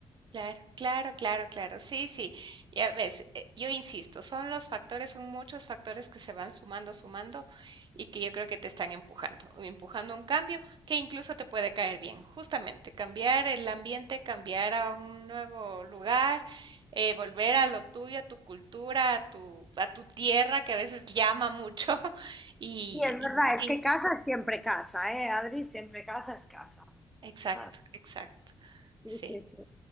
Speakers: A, on the right; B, in the centre.
A: Claro, claro, claro, claro. Sí, sí. Ya ves, eh, yo insisto, son los factores, son muchos factores que se van sumando, sumando y que yo creo que te están empujando, empujando a un cambio que incluso te puede caer bien. Justamente, cambiar el ambiente, cambiar a un nuevo lugar, eh, volver a lo tuyo, a tu cultura, a tu, a tu tierra que a veces llama mucho. <laughs> Y,
B: Y es verdad,
A: y sí,
B: es que casa es siempre casa, ¿eh? Adri, siempre casa es casa.
A: exacto,
B: ¿sabes?
A: exacto.
B: Sí,
A: Sí.
B: sí, sí.